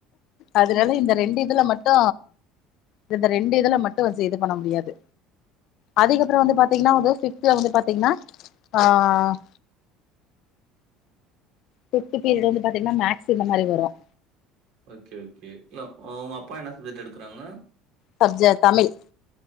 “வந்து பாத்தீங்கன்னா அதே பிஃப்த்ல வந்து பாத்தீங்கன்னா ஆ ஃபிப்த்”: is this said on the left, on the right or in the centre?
Left